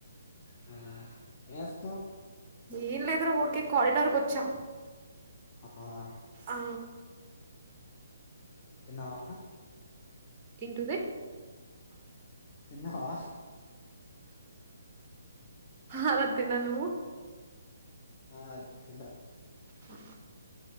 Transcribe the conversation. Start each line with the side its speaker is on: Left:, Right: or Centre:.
Left: హా <inaudible>
Right: ఏం లేదురా ఊర్కే కారిడార్ కొచ్చా
Left: అవునా
Right: ఆ
Left: తన్నావ
Right: ఏంటుది
Left: తిన్నావా
Right: అల తినను
Left: ఆ తిన
Right: ఆ